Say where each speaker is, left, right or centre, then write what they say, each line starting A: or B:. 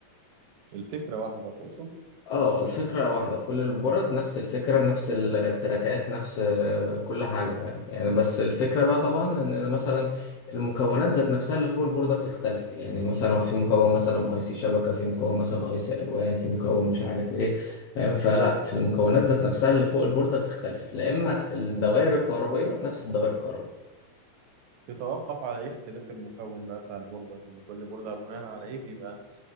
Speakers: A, on the right; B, on the left.
A: الفكرة واحدة تقصد
B: اه الفكرة واحدة كل البرد نفس الفكرة نفس التراكات نفس آه، كل حاجة فاهم يعني بس الفكرة بقى طبعا ان إن مثلا المكونات ذات نفسها اللي فوق البوردة بتختلف يعني مثلا في مكون مثلا اي سي شبكة في مكون مثلا اي سي الوان في مكون مش عارف ايه فاهم فلا في المكونات ذات نفسها اللي فوق البوردة بتختلف لا اما الدوائر الكهربائية نفس الدوائر الكهربائية
A: يتوقف على إيه اختلاف المكون بقى بتاع البوردة يعني كل بوردة بناء على إيه بيبقى